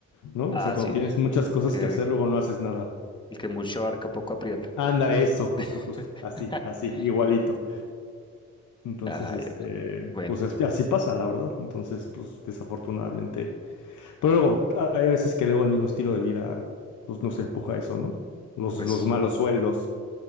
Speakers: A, on the left (about 90°); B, on the left (about 15°).
A: ¿no?
B: Ah,
A: O sea, cuando
B: sí.
A: tienes muchas cosas
B: El que,
A: que hacer, luego no haces nada.
B: el que mucho abarca poco aprieta.
A: Anda, eso, justo,
B: <laughs>
A: justo. Así, así, igualito. Entonces,
B: Ay,
A: este,
B: hombre. bueno,
A: pues es- así pasa, la verdad. Entonces, pues desafortunadamente. Pero luego, hay veces que luego el mismo estilo de vida, pues nos empuja a eso, ¿no? Los,
B: pues
A: los malos sueldos,